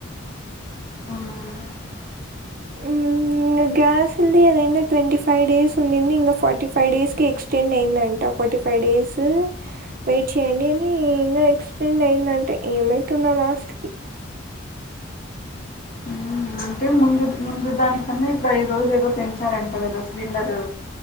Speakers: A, on the left; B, on the right.
A: ఆఁ
B: హ్మూఁ ఇంగ గ్యాస్ ఉంది కదా ఎందుక్ ట్వంటీ ఫైవ్ డేస్ ఉండింది, ఇంగ ఫార్టీ ఫైవ్ డేస్కి ఎక్స్ టెండ్ అయిందంట ఫార్టీ ఫైవ్ డేసూ, వెయిట్ చేయండి అనీ ఇంగా ఎక్స్టెండ్ అయిందం ఏమైతుందో లాస్ట్ కి
A: మ్మ్ అంటె ముందు ముందు దానికన్నా ఇప్పుడ ఐదు రోజులేదో పెంచారంట గద సిలిండరూ.